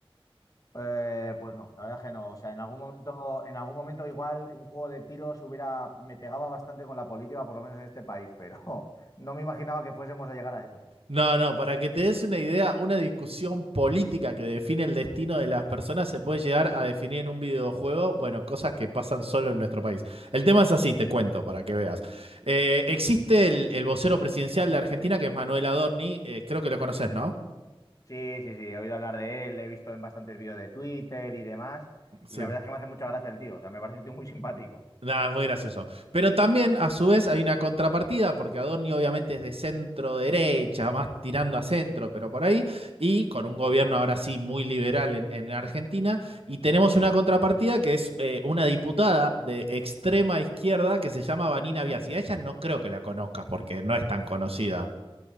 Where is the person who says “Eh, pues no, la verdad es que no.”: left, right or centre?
Left